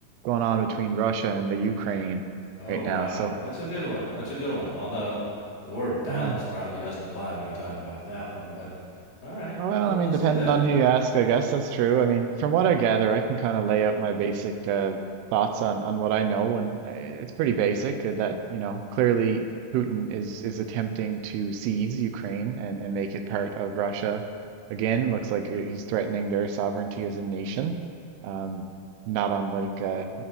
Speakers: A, on the right; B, on the left.
A: going on between Russia and the Ukraine
B: Oh
A: right
B: wow,
A: now. So,
B: that's a good one. That's a good one. Although the word balance
A: yeah,
B: probably doesn't apply when you talk about that one, but all right,
A: Oh, Well,
B: let,
A: I mean,
B: let's
A: depending
B: do that.
A: on who you ask, I guess that's true. I mean, from what I gather, I can kind of lay out my basic uh, thoughts on on what I know, and uh, it's pretty basic uh, that, you know, clearly Putin is is attempting to seize Ukraine and and make it part of Russia. Again, looks like he- he's threatening their sovereignty as a nation, um, not unlike uh,